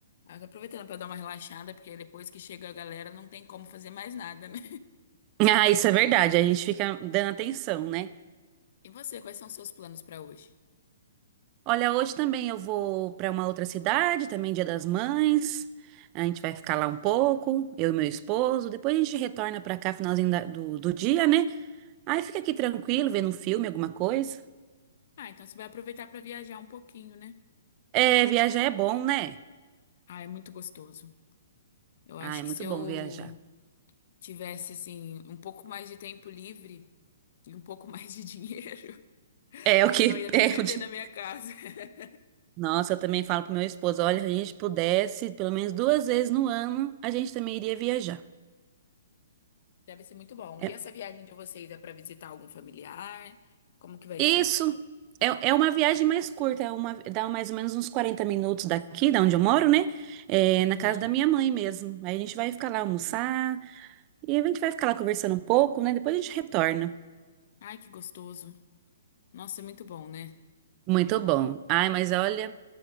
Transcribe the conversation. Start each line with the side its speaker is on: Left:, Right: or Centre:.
Left: Ah, eu tô aproveitando pra dar uma relaxada, porque depois que chega a galera não tem como fazer mais nada, né?
Right: Ah, isso é verdade, a gente fica dando atenção, né?
Left: <laughs> E você, quais são os seus planos pra hoje?
Right: Olha, hoje também eu vou para uma outra cidade, também Dia das Mães. A gente vai ficar lá um pouco, eu e meu esposo. Depois a gente retorna para cá, finalzinho da- do, do dia, né? Aí fica aqui tranquilo, vendo um filme, alguma coisa.
Left: Ah, então você vai aproveitar pra viajar um pouquinho, né?
Right: É, viajar é bom, né?
Left: Ah, é muito gostoso. Eu acho
Right: Ah, é
Left: que
Right: muito
Left: se eu
Right: bom viajar.
Left: tivesse, assim, um pouco mais de tempo livre e um pouco <laughs> mais de dinheiro.
Right: É o
Left: Eu
Right: que
Left: não
Right: <laughs>
Left: ia nem
Right: perde.
Left: viver na minha casa. <laughs>
Right: Nossa, eu também falo pro meu esposo, olha, se a gente pudesse, pelo menos duas vezes no ano, a gente também iria viajar.
Left: Deve ser muito bom.
Right: É-
Left: E essa viagem de vocês é para visitar algum familiar? Como que vai
Right: isso
Left: ser?
Right: é, é uma viagem mais curta, é uma, dá mais ou menos uns 40 minutos daqui, da onde eu moro, né? É,
Left: Uhum.
Right: na casa da minha mãe mesmo. Aí a gente vai ficar lá almoçar e a gente vai ficar lá conversando um pouco, né? Depois a gente retorna.
Left: Ai, que gostoso. Nossa, é muito bom, né?
Right: Muito bom. Ai, mas olha,